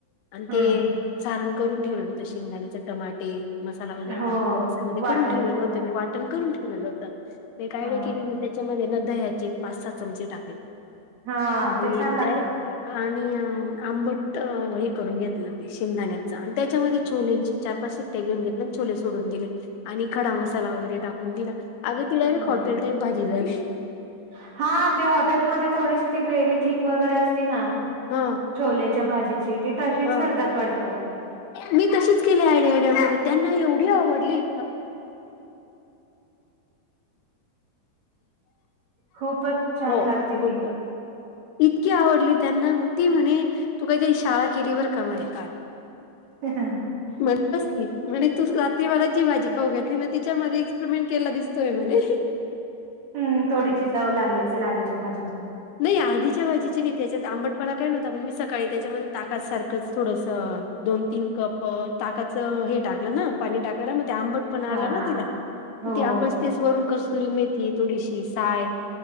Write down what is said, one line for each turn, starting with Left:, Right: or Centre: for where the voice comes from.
Left: आणि
Right: हम्म
Left: ते सारण करून ठेवलेल होत शेंगदाण्याच टमाटे मसाला वगैरे
Right: हो
Left: टाकून मिक्सर मध्ये
Right: वाटण
Left: करून ठेवले
Right: पूर्ण
Left: होते. मी वा वाटण करून ठेवलेलं होत. मी एक आईडिया
Right: हा
Left: केली म त्याच्यामध्ये ना दह्याचे पाच साहा चमचे टाकले.
Right: हा
Left: आणि
Right: ते छान लागतं
Left: डायरेक्ट आणि अ आंबट अ हे करून घेतलं ते शेंगदाण्याच आणि त्याच्यामध्ये छोलेंची चार पाच <unintelligible> आणि छोले सोडून दिले आणि खडा मसाला वगैरे टाकून दिला अग <inaudible>
Right: हो
Left: हॉटेल टाईप भाजी झाली
Right: हा ते हॉटेलमध्ये थोडीशी ती ग्रेव्ही थिक वगैरे असती ना
Left: हा
Right: छोलेच्या भाजीची ते तशीच
Left: हा
Right: करतात वाटत
Left: मी तशीच केली आयडिया आयड्यामध्ये त्यांना एवढी आवडली.
Right: <unintelligible> खूपच छान
Left: हो
Right: लागती
Left: गुड
Right: ती
Left: बॉय इतकी आवडली त्यांना मग ती म्हणे तू काहीतरी शाळा केली बर का म्हणे काल.
Right: ह ह
Left: म बसली म्हणे तू रात्रीला जी भाजी खाऊ घेतली ना तीच्यामध्ये एक्सपेरिमेंट केला दिसत. चल म्हणे
Right: हम्म थोडीशी चव लागली असेल आधीच्या भाजीची
Left: नाही आ आधीच्या भाजीचि तेच्यात आंबटपणा काय नव्हता पण मी सकाळी त्याच्यामध्ये ताका सारखंच थोडंसं. दोन तीन कप. ताकाच हे टाकलं ना पाणी टाकायला मग ते आंबट पणा
Right: हा
Left: आला ना तिला
Right: हो हो
Left: ते आंबस पेस वरून कस्तुरी मेथी थडीशी साय